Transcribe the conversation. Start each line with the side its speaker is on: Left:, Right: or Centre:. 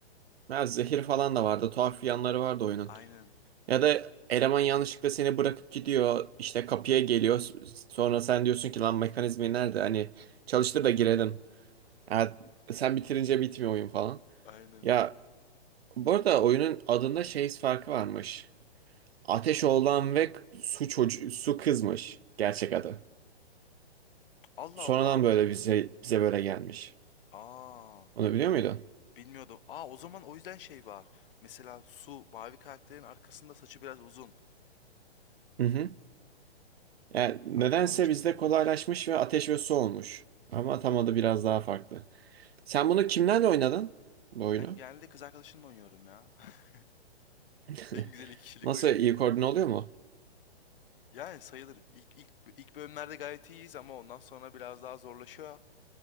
Right: Ya zehir falan da vardı. Tuhaf yanları vardı oyunun.
Left: Aynen.
Right: Ya da eleman yanlışlıkla seni bırakıp gidiyor. işte kapıya geliyor. S- Sonra sen diyorsun ki lan mekanizmi nerede? Hani çalıştır da girelim. Ya sen bitirince bitmiyor oyun falan.
Left: Aynen.
Right: Ya bu arada oyunun adında şey farkı varmış. Ateşoğlan ve su çocuğu, su kızmış gerçek adı.
Left: Allah
Right: Sonradan
Left: Allah.
Right: böyle bize bize böyle gelmiş.
Left: Aa,
Right: Onu biliyor muydun?
Left: bilmiyordum. Aa, o zaman o yüzden şey var. Mesela Su, mavi karakterin arkasında saçı biraz uzun.
Right: Hı hı. Yani
Left: Aa,
Right: nedense
Left: ben ona hiç
Right: bizde
Left: dikkat etmemiştim.
Right: kolaylaşmış ve ateş ve su olmuş. Ama tam adı biraz daha farklı. Sen bunu kimlerle oynadın? Bu oyunu.
Left: Ben genelde kız arkadaşımla oynuyorum ya. <laughs>
Right: <laughs>
Left: En güzel iki kişilik
Right: Nasıl
Left: oyun.
Right: iyi koordine oluyor mu?
Left: Yani sayılır. İlk, ilk, ilk bölümlerde gayet iyiyiz ama ondan sonra biraz daha zorlaşıyor.